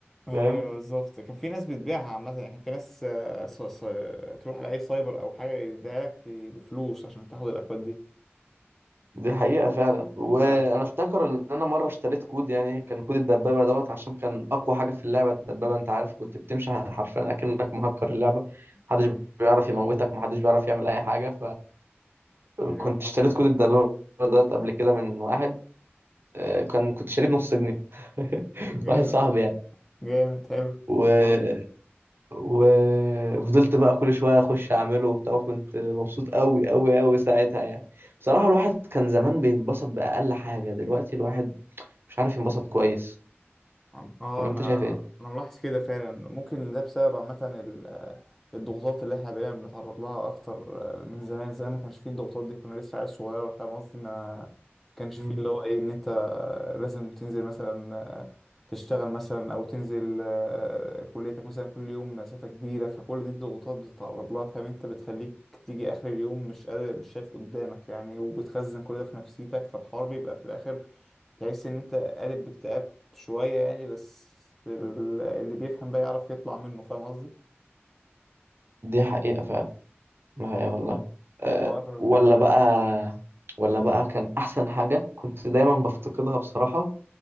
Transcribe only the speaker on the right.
فاهم
دي حقيقة فعلا وأنا
أفتكر إن أنا مرة اشتريت كود يعني كان كود الدبابة دوت عشان كان أقوى حاجة في اللعبة الدبابة أنت عارف كنت بتمشي حرفيا أكنك مهكر اللعبة محدش
بيعرف يموتك ومحدش بيعرف يعمل أي حاجة فكنت
اشتريت
كود الدبابة دوت قبل كده من واحد آه، كان كنت شاريه بنص جنيه <laughs>
واحد صاحبي يعني
و... اه وفضلت بقى كل شوية أخش أعمله وبتاع وكنت مبسوط أوي أوي أوي ساعتها يعني بصراحة الواحد كان زمان بينبسط بأقل حاجة دلوقتي الواحد مش عارف ينبسط كويس
فما
انت شايف ايه
مم.
دي حقيقة فعلا دي حقيقة والله أه
ولا
بقى ولا بقى كان أحسن حاجة كنت دايما بفتقدها بصراحة